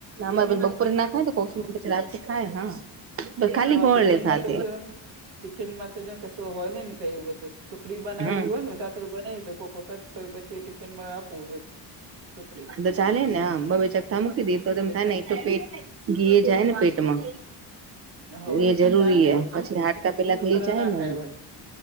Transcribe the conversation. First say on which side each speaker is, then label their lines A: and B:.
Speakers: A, on the right; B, on the right.
A: અમારે બપોરે ના ખાય તો <inaudible> રાતે ખાય હા તો ખાલી
B: હવે
A: ગોળ
B: ટિફિનમાં
A: લે સાથે.
B: તો જો ને ટિફિનમાં જો કશું તો હોય ને કયું બધું સુખડી બનાવેલી
A: હમ
B: હોય ને બધા સુખડી બનાવી દવ કોઈક વખત તો એ પછી ટિફિનમાં આપું રોજ. સુખડી
A: તો ચાલે ને આમ બબે ચખ્થા મૂકી દેવ તો
B: એટલે
A: ખાય ને એટલું તો પેટમાં ઘીએ જાય ને પેટમાં.
B: હ
A: એ
B: એમને
A: જરૂરી
B: ચાલે
A: છે
B: હવે
A: હે પછી હાડકા પેલા
B: છોકરા
A: થઈ જાય
B: ના
A: ને
B: ખાય
A: એમ.
B: વળી